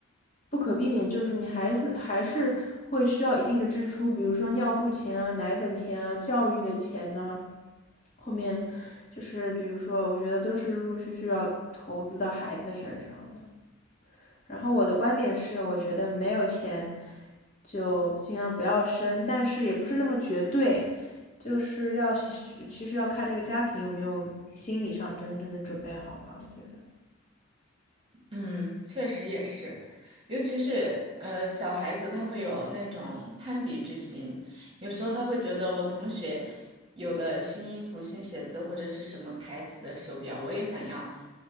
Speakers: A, on the left; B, on the right.
A: 不可避免，就是你还是还是会需要一定的支出，比如说尿布钱啊、奶粉钱啊、教育的钱呐、后面就是比如说，我觉得都是陆陆续续要投资到孩子身上的。然后我的观点是，我觉得没有钱就尽量不要生，但是也不是那么绝对，就是要其实要看这个家庭有没有心理上真正的准备好吧。我觉得
B: 嗯，确实也是，尤其是呃小孩子，他会有那种攀比之心，有时候他会觉得我同学有的新衣服、新鞋子或者是什么牌子的手表，我也想要。